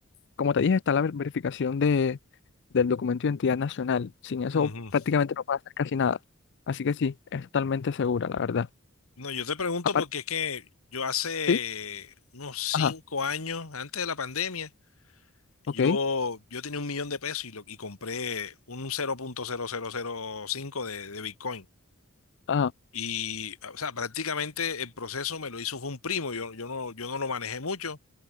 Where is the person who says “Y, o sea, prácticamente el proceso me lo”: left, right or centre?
Left